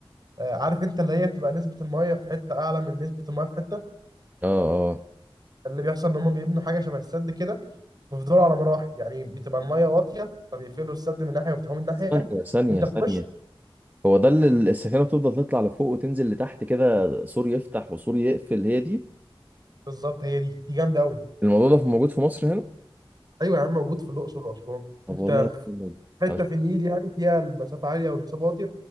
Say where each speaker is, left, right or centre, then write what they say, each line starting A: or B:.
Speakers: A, on the right; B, on the right.
A: آه، عارف انت اللي هي بتبقى نسبة المية في حتة أعلى من نسبة المية في حتة
B: اه اه
A: اللي بيحصل إن هما بيبنوا حاجة شبه السد كده بيفضلوا على مراحل يعني بتبقى الميه واطيه فبيقفلوا السد من ناحيه ويفتحوه من ناحيه
B: ثانيه ثانيه
A: انت
B: ثانيه
A: في وش
B: هو ده اللي السفينه بتفضل تطلع لفوق وتنزل لتحت كده سور يفتح وسور يقفل هي دي
A: بالظبط هي دي دي جامده قوي
B: الموضوع ده موجود في مصر هنا
A: ايوه يا عم موجود في الاقصر واسوان
B: طب
A: انت
B: والله
A: في
B: جامد.
A: حته
B: انا
A: في النيل يعني فيها المسافه عاليه والمسافه واطيه